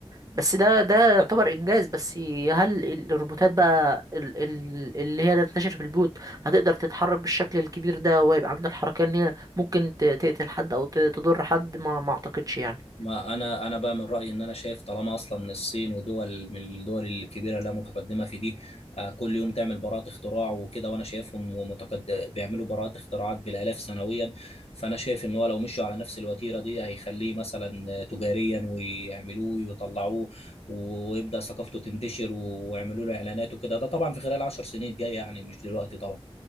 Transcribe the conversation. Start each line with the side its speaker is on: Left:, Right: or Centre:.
Right: بس ده ده يعتبر انجاز بس هل ال- الروبوتات بقى ال- ال- اللي هي تنتشر في البيوت هتقدر تتحرك بالشكل الكبير ده ويبقى عندها الحركيه ان هي ممكن ت- تقتل حد او ت- تضر حد ما ما اعتقدش يعني
Left: ما انا انا بقى من رايي ان انا شايف طالما اصلا الصين ودول من الدول الكبيره اللي متقدمه في دي آه، كل يوم تعمل براءات اختراع وكده وانا شايفهم ومتقد... بيعملوا براءات اختراعات بالالاف سنويا فانا شايف ان هو لو مشوا على نفس الوتيره دي هيخليه مثلا آه، تجاريا ويعملوه ويطلعوه و- ويبدا ثقافته تنتشر و- ويعملوا له اعلانات وكده ده طبعا في خلال 10 سنين الجايه يعني مش دلوقتي طبعا